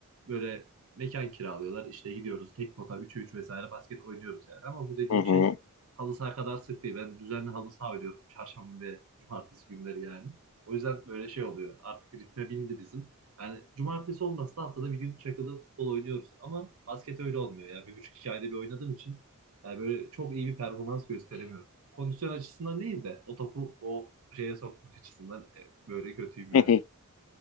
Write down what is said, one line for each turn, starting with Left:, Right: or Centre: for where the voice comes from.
Right: böyle mekan kiralıyorlar işte gidiyoruz tek pota 3'e 3 vesaire basket oynuyoruz yani. Ama bu dediğim
Left: Hı hı.
Right: şey halı saha kadar sık değil. Ben düzenli halı saha oynuyorum çarşamba ve cumartesi günleri yani. O yüzden böyle şey oluyor artık ritme bindi bizim. Yani cumartesi olmasa da haftada bir gün çakılı futbol oynuyoruz. Ama basket öyle olmuyor. Yani bir buçuk iki ayda bir oynadığım için yani böyle çok iyi bir performans gösteremiyorum. Kondisyon açısından değil de o topu o şeye sokma açısından e, böyle kötüyüm
Left: <laughs>
Right: yani.